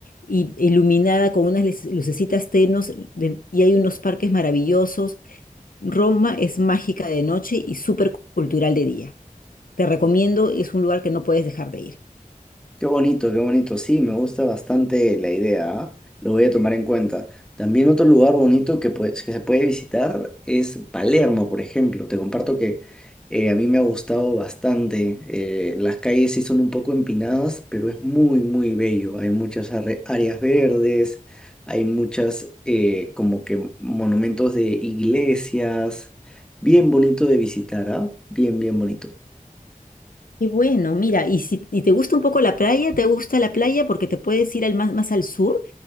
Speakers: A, on the left; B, in the centre.
A: y iluminada con unas lec- lucecitas tenos de- y hay unos parques maravillosos. Roma es mágica de noche y súper cultural de día. Te recomiendo, es un lugar que no puedes dejar de ir.
B: Qué bonito, qué bonito. Sí, me gusta bastante la idea, ¿ah? Lo voy a tomar en cuenta. También otro lugar bonito que, pues, que se puede visitar es Palermo, por ejemplo. Te comparto que eh, a mí me ha gustado bastante. Eh, las calles sí son un poco empinadas, pero es muy, muy bello. Hay muchas arre- áreas verdes, hay muchas eh, como que monumentos de iglesias. Bien bonito de visitar, ¿ah? Bien, bien bonito.
A: Y bueno, mira, y si y te gusta un poco la playa, te gusta la playa porque te puedes ir al más, más al sur